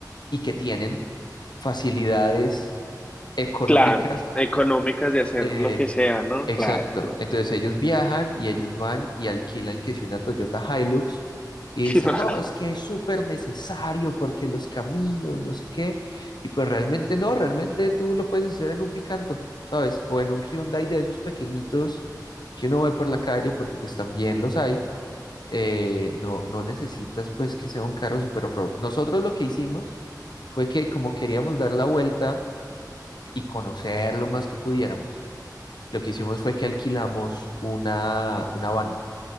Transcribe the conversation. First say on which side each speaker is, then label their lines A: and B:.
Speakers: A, on the left (about 80°); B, on the left (about 15°).
A: y que tienen facilidades económicas
B: claro. Económicas de hacer
A: eh,
B: lo que sea, ¿no?
A: exacto.
B: Claro, claro.
A: Entonces ellos viajan y ellos van y alquilan que si una Toyota Hilux y
B: <laughs>
A: dicen, no, es que es súper necesario porque los caminos, no sé qué. Y pues realmente no, realmente tú lo puedes hacer en un Picanto, ¿sabes? O en un Hyundai de esos pequeñitos que uno ve por la calle porque pues también los hay. Eh, no, no necesitas pues que sea un carro super off-road. Nosotros lo que hicimos fue que como queríamos dar la vuelta y conocer lo más que pudiéramos, lo que hicimos fue que alquilamos una, una van,